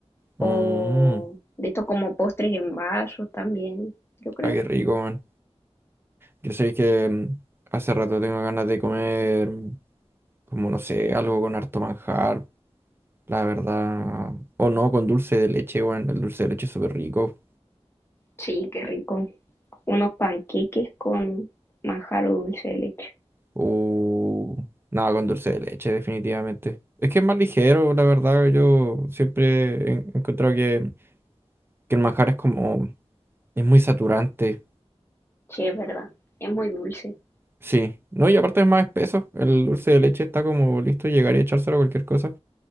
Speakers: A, on the left (about 20°); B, on the right (about 20°).
A: o
B: Mmm,
A: de esto como postres en vasos también, yo creo.
B: ah, qué rico, man. Yo sé que mm, hace rato tengo ganas de comer, mm, como no sé, algo con harto manjar, la verdad. O no, con dulce de leche, bueno, el dulce de leche es súper rico.
A: Sí, qué rico. Unos panqueques con manjar o dulce de leche.
B: Uh, nada, con dulce de leche, definitivamente. Es que es más ligero, la verdad. Yo siempre he he encontrado que, que el manjar es como... Es muy saturante.
A: Sí, es verdad, es muy dulce.
B: Sí. No, y aparte es más espeso. El dulce de leche está como listo, llegar y echárselo a cualquier cosa.